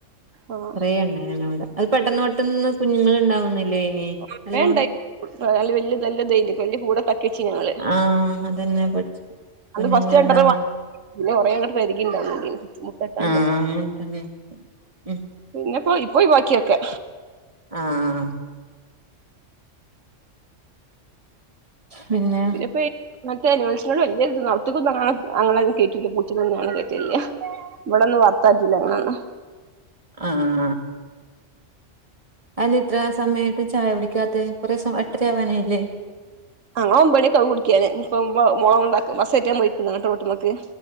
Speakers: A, on the right; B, on the right.
A: ആഹ്
B: കൊറെ ഇണ്ടായിനി അവിടെ അത് പെട്ടന്ന് പെട്ടന്ന് കുഞ്ഞുങ്ങള് ഇണ്ടാവുന്നില്ലേ? അയിന്
A: കൊറേണ്ടായ്
B: നല്ലോണം
A: <unintelligible> ക്കച്ചി ഞങ്ങള്
B: ആഹ് അതന്നെ
A: അന്ന്
B: കുഞ്ഞുങ്ങൾ
A: ഫസ്റ്റ് രണ്ടണ്ണം
B: ഇണ്ടാവ
A: പിന്നെ കൊറേ അങ്ങട്ട് പെരികിണ്ടാവ് ണണ്ടീനി മുട്ടട്ടാണ്ട്.
B: ആഹ് അങ്ങനത്തന്നെ ഉം
A: പിന്നെപ്പോ ഇപ്പോ ഒയിവാക്കിയൊക്കെ.
B: ആഹ് പിന്നെ.
A: ഇപ്പെ ഇങ്ങത്തെ അനിമൽസിനോട് വല്ല്യ <unintelligible> എന്താ ചെയ്യാ ഇവ്ടെ വളർത്താട്ടൂല അതൊന്നു.
B: ആഹ്. അതില ഇത്ര സമയമായിട്ട് ചായ കുടിക്കാത്ത കുറെ എട്ടരയാവാനായില്ലേ?
A: ഞങ്ങള് ഒൻപതണിയൊക്കാവും കുടിക്കാന് ഇനിയിപ്പോ മോളെ കൊണ്ടാക്കാൻ ബസ് കയറ്റാൻ പൊയിക്ക്ണ് അങ്ങട്ട് റോട്ടുമക്ക്.